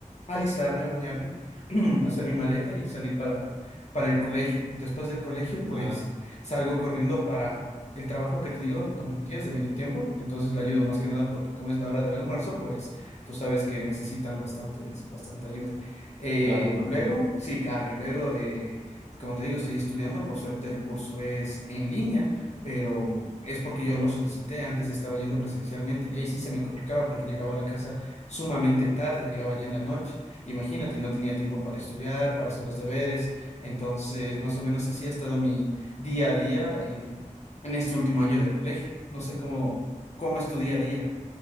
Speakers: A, on the left (about 55°); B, on the right (about 55°).
A: alistarme, bañarme, <clears throat> hacer mi maleta y salir para, para el colegio. Después del colegio,
B: Claro,
A: pues salgo corriendo para el trabajo que te digo, donde mi tía es de medio tiempo, entonces la ayudo más que nada porque como es la hora del almuerzo, pues tú sabes que necesitan bastante, bastante ayuda. Eh,
B: claro, me imagino.
A: luego, sí, claro, y luego... eh, como te digo, estoy estudiando, por suerte el curso es en línea, pero es porque yo lo solicité, antes estaba yendo presencialmente y ahí sí se me complicaba porque llegaba a la casa sumamente tarde, llegaba ya en la noche, imagínate, y no tenía tiempo para estudiar, para hacer los deberes, entonces más o menos así ha estado mi día a día eh, en este último año de colegio. No sé cómo, cómo es tu día a día,